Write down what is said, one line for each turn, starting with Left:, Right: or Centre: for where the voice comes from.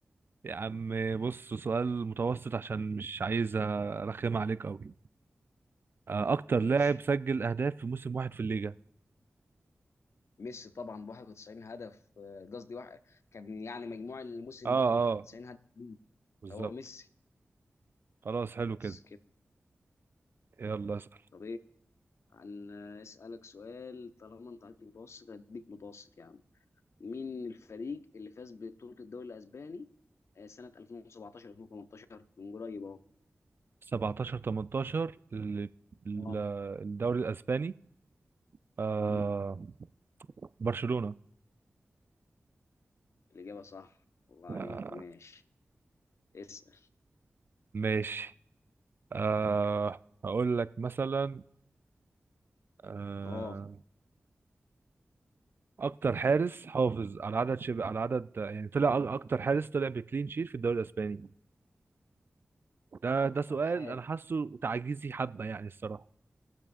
Right: يا عم بص سؤال متوسط عشان مش عايز ارخم عليك قوي آه... اكتر
Left: ماشي
Right: لاعب سجل اهداف في موسم واحد في الليجا
Left: ميسي طبعا ب 91 هدف آه، قصدي واحد كان يعني مجموع الموسم
Right: اه اه
Left: ده كان 91 هدف ليه.
Right: بالظبط
Left: هو ميسي
Right: خلاص حلو
Left: خلاص
Right: كده
Left: كده
Right: يلا اسأل
Left: طب ايه هن- اسالك سؤال طالما انت عندك متوسط هديك متوسط يعني من الفريق اللي فاز ببطولة الدوري الأسباني آه، سنة 2017 2018 من قريب أهو
Right: 17 18 ل- ل-
Left: واو
Right: الدوري الاسباني آه...
Left: امم
Right: برشلونة
Left: الإجابة صح الله عليك
Right: آه،
Left: ماشي اسأل
Right: ماشي أه هقول لك مثلا أه
Left: اه
Right: اكتر حارس حافظ على عدد شب... على عدد يعني طلع أ- اكتر حارس طلع بكلين شيت في الدوري الاسباني ده
Left: أكتر
Right: ده سؤال
Left: حاجة
Right: انا حاسه تعجيزي حبة يعني الصراحة